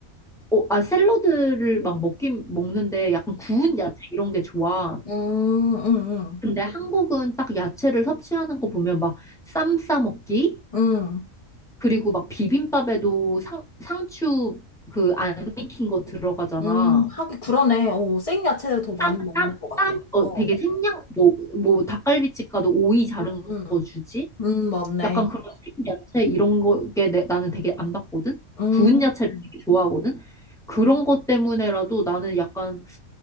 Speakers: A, in the centre; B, on the left.
A: 어, 아, 샐러드를 막 먹긴 먹는데 약간 구운 야채 이런 게 좋아.
B: 음, 음,
A: 근데 한국은 딱 야채를 섭취하는 거 보면 막 쌈 싸 먹기
B: 음, 음,
A: 그리고 막 비빔밥에도 상, 상추 그 안 익힌 거 들어가잖아.
B: 음, 하긴 그러네. 어, 생야채를 더 많이
A: 쌈,
B: 먹는
A: 쌈,
B: 것 같아.
A: 쌈, 어,
B: 어,
A: 되게 생양, 뭐, 뭐, 닭갈비집 가도 오이 자른
B: 음, 음,
A: 거 주지?
B: 음, 맞네.
A: 약간 그런 생야채 이런 거에 내- 나는 되게 안 받거든?
B: 음,
A: 구운 야채를 되게
B: 음,
A: 좋아하거든? 그런 것 때문에라도 나는 약간